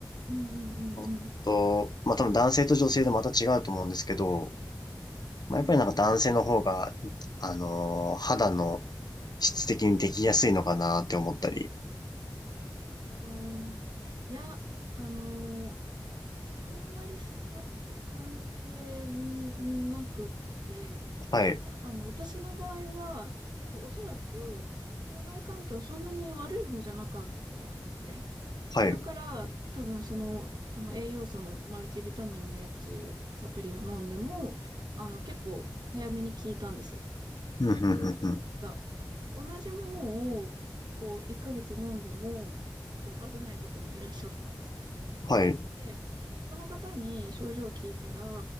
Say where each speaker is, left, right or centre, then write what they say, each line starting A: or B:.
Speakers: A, on the right; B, on the left.
A: うんうんうんうん。
B: ちょっと、まあ多分男性と女性でまた違うと思うんですけど、まあやっぱりなんか男性の方が、
A: うん
B: あの、肌の質的にできやすいのかなって思ったり、
A: あーいや、あのーあんまりそこって関係なくって、
B: はい、
A: じゃあ、あの、私の場合は、多分おそらく、腸内環境そんなに悪い方じゃなかったんですね。
B: はい、
A: だから、多分その、あの、栄養素のマルチビタミンのやつ、サプリを飲んでも、あの、結構早めに効いたんですよ。
B: うん、
A: でも、
B: うん、うん、うん
A: なんか、同じものを、こう、1ヶ月飲んでも、効果出ない方もいらっしゃったんですね。
B: はい、
A: で、その方に症状を聞いたら、